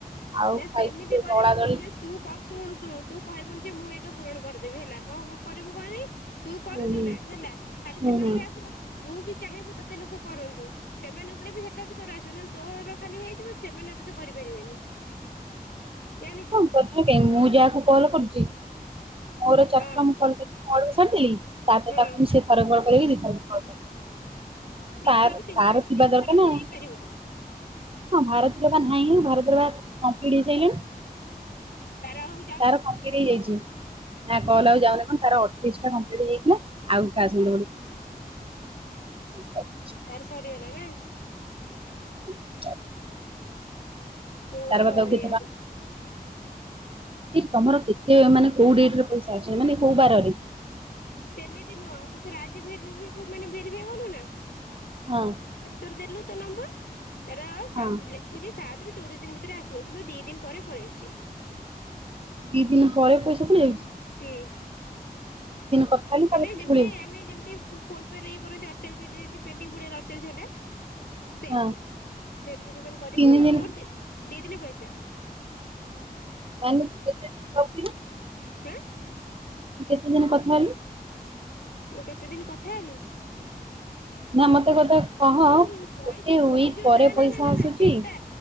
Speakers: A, on the right; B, on the left.
A: ଆଉ
B: ନା ସେମିତି
A: ଖାଇଛି ଯୋଉ
B: କରିବୁନୁ
A: ଦଳାଦଳି
B: ଯେ ତୁ କ ଶୁଣୁ ଶୁଣୁ ତୁ କହିବୁଣି ଯେ ମୁଁ ଏକା ପୂରଣ କର୍ଦେବି ହେଲା କଣ କରିବୁ କହନି। ତୁ କରୁଛୁ
A: ହୁଁ ହୁଁ
B: ନା ହେଲା ଖାଲି
A: ହୁଁ
B: ସେଟାରେ
A: ହୁଁ
B: ବି ଆସିବ ତୁ ବି ଚାହିଁବୁ ତତେ ଲୋକ କରନ୍ତୁ। ସେମାନ କଲେ ବି ସେଟା ବି ତୋର ଆସିବ ନହେଲେ ତୋର ଖାଲି ହେଇଯିବ ସେମାନେ ଆଉ ତତେ ତ କରିପାରିବେନି। ଜାଣିଚୁ।
A: ହଁ ମୁଁ ଯାହାକୁ କଲ୍ କରୁଚି ମୋର ଚାକୁର
B: ହଁ
A: ମୁଁ କଲ କରିଛି ମୁ ଆଡକୁ ଛାଡିଦେଲି। ତାପରେ
B: ହଁ
A: ତାକୁ ମୁଁ ସେ ଥରେ କଲ କରିବି ଦି ଥର କଲ କରିବି।
B: ଦିଥର
A: ତାର
B: ତିନିଥର
A: ତାର ଥିବା
B: ତିନିଥର
A: ଦର୍କାର୍ ନା
B: ବି
A: ଆଉ।
B: ହେଇପାରିବ
A: ହଁ ଭାରତୀର ବା ନାଇଁ ଭାରତୀର ପା କଂପ୍ଲିଟ୍ ହେଇ ସାରିଲାଣି।
B: ତାର ହଉ
A: ତାର କମ୍ପ୍ଲିଟ୍ ହେଇଯାଇଛି। ନା କଲ୍ ଆଉ ଯାଉନି କଣ ତାର ଅଠେଇଶି ଟା କମ୍ପଲିଟ ହେଇଯାଇଥିଲା ଆଉ ଆସୁ <unintelligible>
B: ତାର ସରିଗଲା ନା।
A: <unintelligible>
B: ମୋର
A: ତାର
B: ସରିନି
A: ପା <unintelligible> ଗୋଟେ
B: ଆହୁରି
A: ତମର କେତେ ମାନେ କୋଉ ଡେଟ୍ରେ ପଇସା ଅଛି ମାନେ କୋଉ ବାରରେ।
B: ସେମିତି ନୁହଁ ତୁ ତର ରାଜି ଭେରି ମାନେ ଭେରି ଫାଏ କଲୁ ନା।
A: ହଁ।
B: ମାନେ ତୋର ଦେଲୁ ତୋ ନମ୍ବର ତାର
A: ହଁ
B: ଦେଖୁଛି ସାତ୍ ରୁ ଚଉଦ ଦିନ୍ ଭିତରେ ଆସିବ କିନ୍ତୁ ଦିଇ ଦିନ୍ ପରେ ପଳେଇ ଆସୁଛି।
A: ଦି ଦିନ୍ ପରେ ପଇସା ପଲେଇ ଆଉଛି।
B: ହୁଁ
A: କଥା ହେଲୁ ତାପରେ
B: ମାନେ
A: ପଇସା
B: ଯେମ୍ତି
A: ପଳେଇ
B: ଆମେ ଯେମ୍ତି ଫୋନ ପେ ରେ ଇଏ କରନ୍ତି ଅଠଚାଳିଶ ଘଣ୍ଟା ପ୍ପେଣ୍ଡିଂ ପଡ଼ିଗଲା ଅଠଚାଳିସ୍ ଘଣ୍ଟା। ସେମତି
A: ହଁ
B: ଭେରିଫିକେସନ କରିବୁ
A: ତିନି ଦିନ
B: ଦି ଦିନେ ପଇସା।
A: ମାନେ କେତେ ଦିନୀ <unintelligible>
B: ହାଁ
A: ତୁ କେତେ ଦିନି କଥା ହେଲୁ?
B: ମୁଁ କେତେ ଦିନ କଥା ହେଲି?
A: ନା ମତେ କଥା କହ
B: ଶୁଣୁ ଶୁଣୁ ପଇସା
A: ଗୋଟେ
B: ପଇ
A: ୱିକ୍
B: ଯୋଉ
A: ପରେ
B: ନା ନା
A: ପଇସା
B: ନା ନା
A: ଆସୁଛି
B: ନା ଏଟା